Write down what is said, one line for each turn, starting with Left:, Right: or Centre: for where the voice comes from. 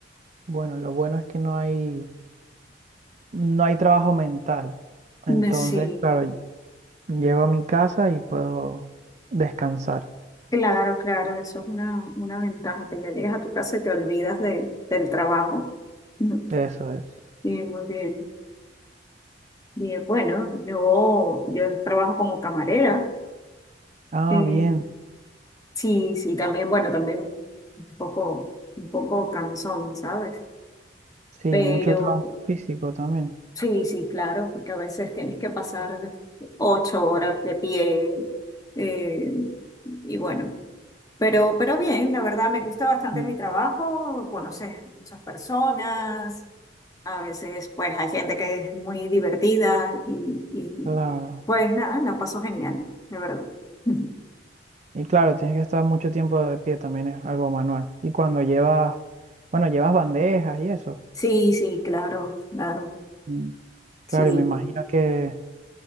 Right: bueno, lo bueno es que no hay, no hay trabajo mental. Entonces,
Left: <laughs> Sí.
Right: claro, llego a mi casa y puedo descansar.
Left: Claro, claro, eso es una, una ventaja, que ya llegas a tu casa y te olvidas de, del trabajo. Ujú.
Right: Eso es.
Left: Sí, muy bien. Bien, bueno, yo, yo trabajo como camarera.
Right: Ah,
Left: Eh,
Right: bien.
Left: sí, sí, también, bueno, también un poco, un poco cansón, ¿sabes?
Right: Sí,
Left: Pero
Right: mucho trabajo físico también.
Left: sí, sí, claro, porque a veces tienes que pasar de- ocho horas de pie. eh, y bueno. Pero, pero bien, la verdad me gusta bastante
Right: Mm.
Left: mi trabajo, conoces muchas personas, a veces pues hay gente que es muy divertida y, y,
Right: Claro.
Left: pues nada, la paso genial, de verdad. <laughs>
Right: Y claro, tienes que estar mucho tiempo de pie también, es algo manual. Y cuando llevas, bueno, llevas bandejas y eso.
Left: Sí, sí, claro, claro,
Right: Mm.
Left: sí.
Right: Claro, y me imagino que